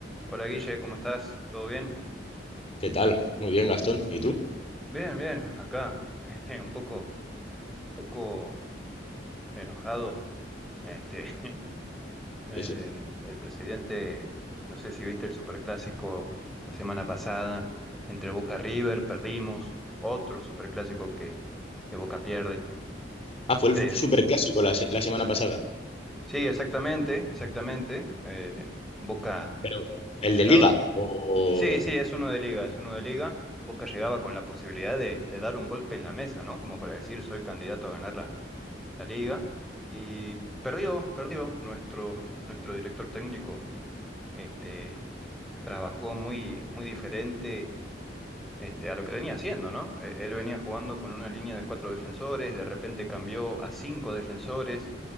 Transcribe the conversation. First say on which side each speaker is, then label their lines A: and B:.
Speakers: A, in the centre; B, on the left.
A: Hola Guille, ¿cómo estás? ¿Todo bien?
B: ¿Qué tal? Muy bien, Gastón. ¿Y tú?
A: Bien, bien, acá. este, un poco, poco enojado. Este, <laughs> em,
B: ¿Y eso?
A: el presidente, no sé si viste el superclásico la semana pasada, entre Boca River, perdimos, otro superclásico que, que Boca pierde.
B: Ah, fue el
A: Este,
B: superclásico la, se- la semana pasada.
A: sí, exactamente, exactamente. eh, Boca
B: Pero, ¿el de
A: llegaba.
B: Liga? ¿O
A: Sí, sí, es uno de liga, es uno de liga. Boca llegaba con la posibilidad de, de dar un golpe en la mesa, ¿no? Como para decir, soy candidato a ganar la la liga y perdió, perdió nuestro, nuestro director técnico. Este, trabajó muy, muy diferente este, a lo que venía haciendo, ¿no? Eh, Él venía jugando con una línea de cuatro defensores, de repente cambió a cinco defensores.